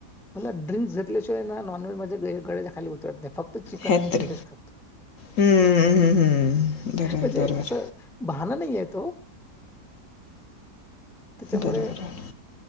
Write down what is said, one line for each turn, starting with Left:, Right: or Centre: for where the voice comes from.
Centre: मला ड्रिंक्स घेतल्याशिवाय ना, नॉनव्हेज माझ्या गळेच्या खाली उतरत नाही. फक्त चिकन
Left: ह्यात
Centre: आणि फिशच
Left: तरी
Centre: खातो.
Left: हं, हं, हं. बरोबर,
Centre: म्हणजे
Left: बरोबर.
Centre: असं भाणं नाही आहेत. त्यामुळे.
Left: बरोबर.